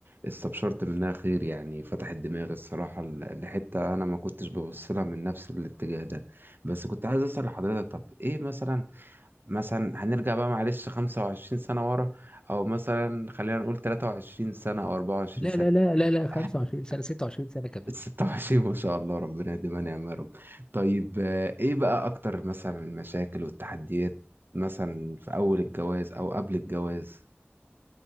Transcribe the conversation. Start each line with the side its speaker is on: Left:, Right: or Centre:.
Right: استبشرت منها خير يعني فتحت دماغي الصراحة ل- لحتة أنا ما كنتش ببص لها من نفس الاتجاه ده بس كنت عايز أسأل لحضرتك طب إيه مثلا مثلا هنرجع بقى معلش 25 سنة ورا أو مثلا خلينا نقول 23 سنة أو 24
Left: لا
Right: سنة
Left: لا لا لا لا 25
Right: <laughs>
Left: سنه 26 سنه كمان
Right: ال 26 ما شاء الله ربنا يديمها نعمة يا رب طيب آه، ايه بقى اكتر مثلا المشاكل والتحديات مثلا في اول الجواز او قبل الجواز